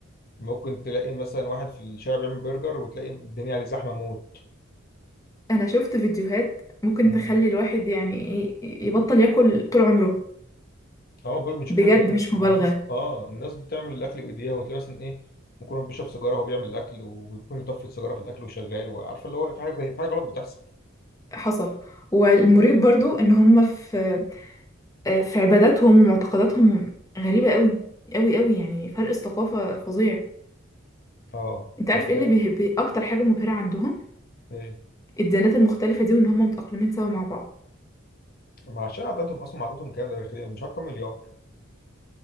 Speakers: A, on the left; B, on the left.
A: ممكن تلاقي مثلا واحد في الشارع بيعمل برجر وتلاقي الدنيا عليه زحمه موت
B: انا شفت فيديوهات ممكن
A: مم.
B: تخلي الواحد يعني ايه يبطل ياكل طول عمره
A: اه برضه بنشوف
B: بجد
A: حاجه غريبه
B: مش
A: الناس
B: مبالغه
A: اه الناس بتعمل الاكل بايديها وتلاقي مثلا ايه ممكن بيشرب سيجاره وهو بيعمل الاكل وبيكون يطفي السيجاره في الاكل وشغال وعارفه اللي هو في حاجه غريبة- في حاجه غلط بتحصل
B: حصل والمريب برضو ان هم في آه، في عباداتهم ومعتقداتهم غريبة قوي قوي قوي يعني فرق الثقافة فظيع
A: اه
B: انت
A: انت
B: عارف
A: متخيل
B: ايه اللي بيه... بي... اكتر حاجة مبهرة عندهم
A: ايه
B: الديانات المختلفة دي وان هم متأقلمين سوا مع بعض
A: ما عشان عددهم اصلا عددهم كام ده بالخير مش عارف كام مليار